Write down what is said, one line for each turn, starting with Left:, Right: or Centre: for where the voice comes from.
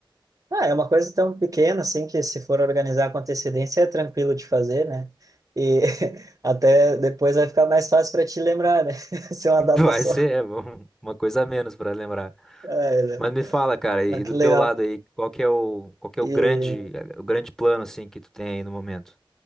Right: Ah, é uma coisa tão pequena, assim, que se for organizar com antecedência é tranquilo de fazer, né? E <laughs> até depois vai ficar mais fácil para te lembrar, né? <laughs> Ser uma
Centre: <laughs>
Right: data
Centre: Vai
Right: só.
Centre: ser, é, bom, uma coisa a menos pra lembrar.
Right: Ah, é, né?
Centre: Mas me fala, cara, e
Right: Ah, que
Centre: do teu
Right: legal.
Centre: lado aí, qual que é o, qual que é
Right: E...
Centre: o grande, é, o grande plano assim que tu tem aí no momento?